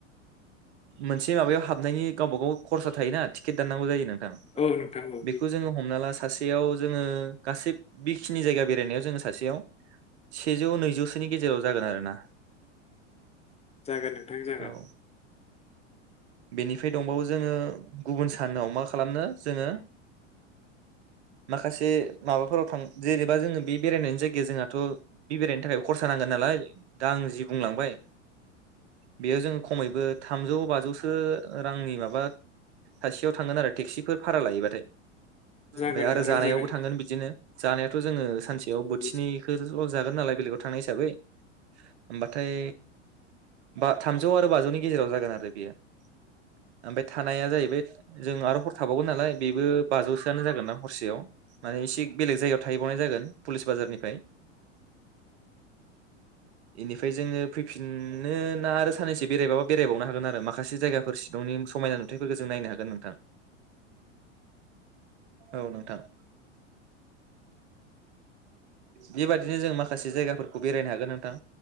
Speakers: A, on the right; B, on the left.
A: मोनसे माबायाव हाबनायनि गावबागाव खरसा थायोना टिकेट दाननांगौ जायो नोंथां
B: औ नोंथां औ
A: बेखौ जोङो हमना ला सासेयाव जोङो गासै बेखिनि जायगा बेरायनायाव जोङो सासेयाव सेजौ नैजौसोनि गेजेराव जागोन आरोना
B: जागोन नोंथां जागोन
A: औ बेनिफ्राय दंबावो जोङो गुबुन सानाव मा खालामनो जोङो माखासे माबाफोराव थां जेनेबा जोङो बे बेरायनायनि जायगाया जोंहाथ बे बेरायनो थाखाय खरसा नांगोन नालाय दा आं जि बुंलांबाय बेयाव जों खमैबो थामजौ बाजौ ओ रांनि माासे थोन तेक्सिफोर भारा लायोबाथाय
B: जागोन
A: आरो
B: नोंथां
A: जानायावबो
B: जागोन
A: थांगोन बिदिनो जानायाथ जोङो सानसेयाव
B: औ
A: बोथिनैखौल जागोन नालाय बेलेगाव थांनाय हिसाबै होमबाथाय बा थामजौ आरो बाजौनि गेजेराव जागोन आरो बियो ओमफ्राय थानाया जाहैबाय जों आरो हर थाबावगोन नालाय बेबो बाजौसोआनो जागोन ना हरसे सेयाव माने सि बेलेग जायगायाव थाहैबावनाय जागोन पुलिस बाजारनिफ्राय बेनिफ्राय जोङो फैफिन नों आरो सानैसो बेरायबाबा बेरायबावनो हागोन आरो मा जायगाफोर सिलंनि समायना नुथायफोरखौ जों नायनो हागोन नोथां औ नोंथां <unintelligible> बेबायदिनो जों मा माखासे जायगाफोरखौ बेरायनो हागोन नोंथां